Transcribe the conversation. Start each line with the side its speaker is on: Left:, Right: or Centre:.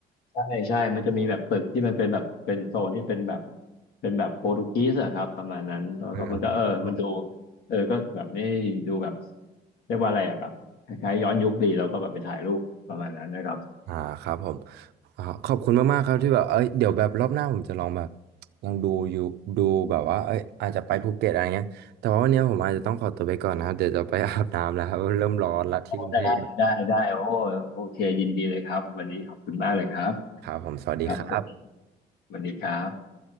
Left: ใช่ใช่ มันจะมีแบบตึกที่มันเป็นแบบเป็นโซนที่เป็นแบบเป็นแบบโปรตุเกสอะครับประมาณนั้นแล้วก็มันก็เออมันดู
Right: เออ
Left: เออก็แบบไม่ดูแบบเรียกว่าอะไรอะแบบคล้ายๆย้อนยุคดีแล้วก็แบบไปถ่ายรูปประมาณนั้นนะครับ
Right: อ่าครับผมอ่าขอบคุณมากๆครับที่แบบเอ้ยเดี๋ยวแบบรอบหน้าผมจะลองแบบลองดูอยู่ดูแบบว่าเอ้ยอาจจะไปภูเก็ตอะไรเงี้ยแต่ว่าวันนี้ผมอาจจะต้องขอตัวไปก่อนนะครับเดี๋ยวจะไปอาบน้ำแล้วครับเริ่มร้อนละที่กรุงเทพ
Left: ได้ได้ได้โอ้โอเคยินดีเลยครับวันนี้ขอบคุณมากเลยครับ
Right: ครับผมสวัสดีครับ
Left: ครับผมสวัสดีครับ